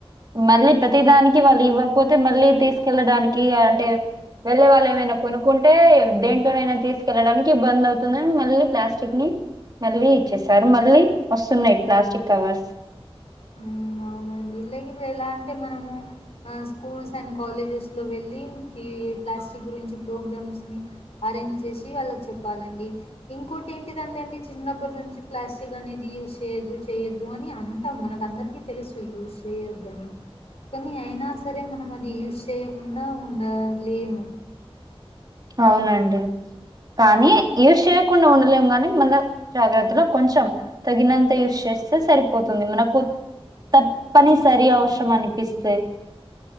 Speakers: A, on the right; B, on the left.
A: మళ్ళీ ప్రతి దానికి వాళ్ళు ఇవ్వకపోతే మళ్ళీ తీసుకెళ్లడాని కీ అంటే వెళ్ళే వాళ్ళ ఏమైనా కొనుక్కుంటే దేంట్లోనైనా తీసుకెళ్ళడానికి బంద్ అవుతుంది మళ్ళీ ప్లాస్టిక్ ని మళ్ళీ ఇచ్చేసారు మళ్ళీ వస్తున్నాయ్ ప్లాస్టిక్ కవర్స్
B: ఊ అవునండి <unintelligible> ఎలా అంటే మనము ఆ స్కూల్స్ అండ్ కాలేజెస్లో వెళ్ళి ఈ ప్లాస్టిక్ గురించి ప్రోగ్రామ్స్ని అరేంజ్ చేసి వాళ్ళకి చెప్పాలండి ఇంకోటి ఏంటిదంటే అండి చిన్నప్పటి నుంచి ప్లాస్టిక్ అనేది యూజ్ చేయొద్దు చేయొద్దు అని అన్ మనకు అందరికీ తెలుసు యూస్ చేయొద్దని కానీ అయినా సరే మనం అది యూజ్ చేయకుండా ఉండాలేమో
A: అవునండి కానీ యూస్ చేయకుండా ఉండలేము కానీ మన జాగ్రత్తలో కొంచెం తగినంత యూజ్ చేస్తే సరిపోతుంది మనకు తప్పని సరి అవసరం అనిపిస్తే